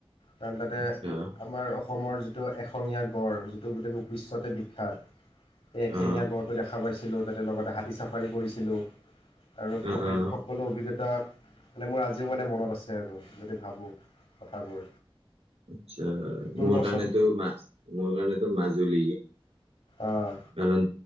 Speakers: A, on the left (about 80°); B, on the right (about 85°).
A: কাৰণ তাতে
B: আচ্ছা
A: আমাৰ অসমৰ যি এশঙীয়া গড় যিটো গোটেই বিশ্বতে বিখ্যাত এই এশিঙীয়া
B: অ
A: গড়টো খ পাইছিলোঁ তাতে লগতে হাতী চাফাৰী কৰিছিলোঁ আৰু
B: অ
A: প্ৰকৃতিৰ
B: অ
A: সকলো অভিজ্ঞতা মানে মোৰ আজিও মানে মনত আছে আৰু যদি ভাবোঁ কথাবোৰ
B: আচ্ছা
A: তোৰ
B: মোৰ
A: কচোন
B: কাৰণেতো ম মোৰ কাৰণেতো মাজুলী
A: অঁ
B: কাৰণ